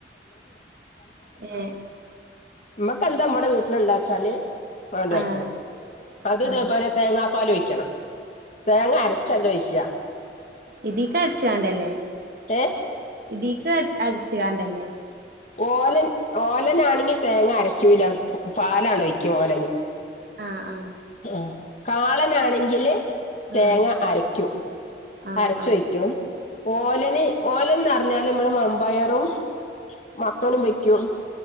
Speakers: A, on the right (about 55°); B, on the left (about 40°).
A: ഏഹ്
B: മ്മക്കെന്താ മ്മളെ വീട്ടില ള്ളച്ചാല് അത് അങ്ങട് വയ്ക്കാ.
A: ആഹ്
B: അത് ഇതേപോലെ
A: ആഹ്
B: തേങ്ങാ പാലൊഴി ക്കണം. തേങ്ങ അരച്ചല്ല ഒഴിക്ക
A: ഇതക്ക് അരച്ച കാണ്ടല്ലേ,
B: ഏ
A: ഇതീക്ക് അരച്ച് അരച്ച്കാണ്ടല്ലേ
B: ഓലൻ ഓലനാണെങ്കി തേങ്ങ അരക്കൂല്ല പാലാണ് ഒയ്ക്ക ഓലന്.
A: ആഹ് ആഹ്
B: ആ കാളനാണെങ്കില്. തേങ്ങ
A: ആഹ്
B: അരക്കും.
A: ആഹ്
B: അരച്ചൊയ്ക്കും. ഓലന്, ഓലന്ന് പറഞ്ഞാല് നമ്മൾ മമ്പയറും, മത്തനും വെക്കും.